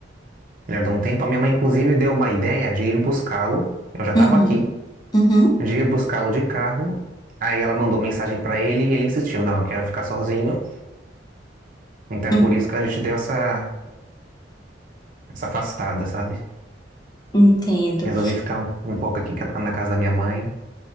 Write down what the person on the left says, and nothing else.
uhum.
Uhum,
uhum,
entendo.